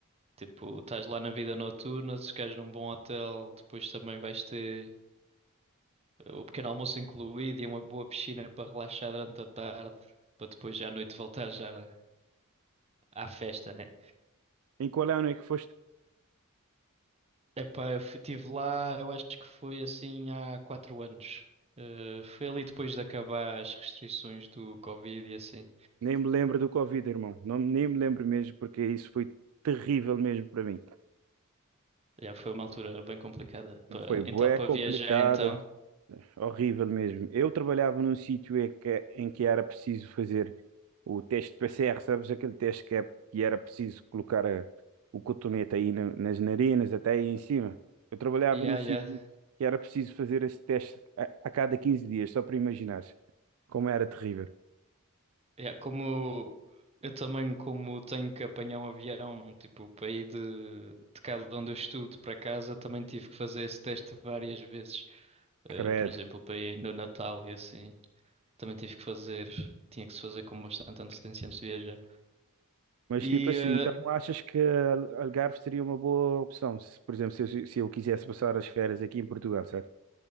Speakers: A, on the right; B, on the right.
A: Tipo, estás lá na vida noturna, se ficares num bom hotel, depois também vais ter o pequeno almoço incluído e uma boa piscina para relaxar durante a tarde, para depois já à noite voltar já à festa, né?
B: Em qual ano é que foste?
A: Epá, eu estive lá, eu acho que foi assim há quatro anos. Eh, foi ali depois de acabar as restrições do Covid e assim.
B: Nem me lembro do Covid, irmão. Não, nem me lembro mesmo, porque isso foi terrível mesmo para mim.
A: Já foi uma altura bem complicada. pa-
B: Foi bué
A: então, para
B: complicado.
A: viajar, então.
B: Horrível mesmo. Eu trabalhava num sítio em que, em que era preciso fazer o teste de PCR, sabes? Aquele teste que, é, que era preciso colocar a- o cotonete aí na- nas narinas, até aí em cima. Eu trabalhava
A: Yeah,
B: num sítio
A: yeah,
B: que era preciso fazer esse teste a, a cada 15 dias, só para imaginares como era terrível.
A: yeah. Como eu também, como tenho que apanhar um avião, tipo, para ir de, de cá de onde eu estudo para casa, também tive que fazer esse teste várias vezes.
B: Credo.
A: Eh, por exemplo, para ir no Natal e assim, também tive que fazer, tinha que se fazer com bastante antecedência antes de viajar.
B: Mas
A: e
B: tipo assim,
A: eh,
B: então achas que Al- Algarve seria uma boa opção? Se, por exemplo, se, eu- se eu quisesse passar as férias aqui em Portugal, certo?